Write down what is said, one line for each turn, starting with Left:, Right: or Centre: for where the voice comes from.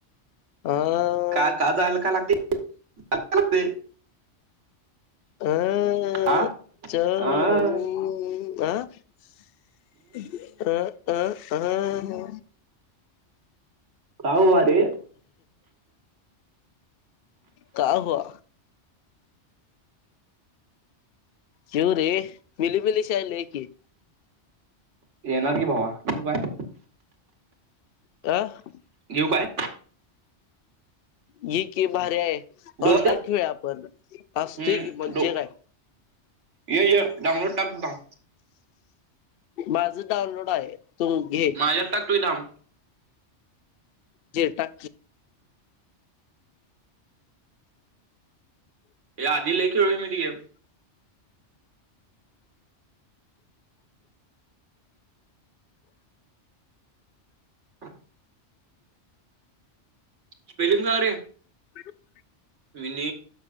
Left: अं न
Right: काल का आज <inaudible> का लागते का लागते. <unintelligible>
Left: हॊ ओ
Right: आ
Left: अ
Right: आ
Left: चं ह्म म अ अ अह अ
Right: काह वाडे
Left: का हआ शवरे मिलीबिली शाली की
Right: येणार की भावा येऊ काय
Left: आ
Right: घेऊ काय
Left: ही की भार्या आहे
Right: डो
Left: ऑनलाईन घेऊया आपण असते
Right: हम्म
Left: की म्हणजे
Right: डो
Left: काय
Right: ये डाऊनलोड टाकत
Left: माझ डाउनलोड आहे तू घे
Right: माझ्यात टाकतोय थांब
Left: ज त
Right: हे आधीहीेळय मी ती गेम <inaudible> ह स्पेलिंग सांग रे.
Left: <inaudible>
Right: विनी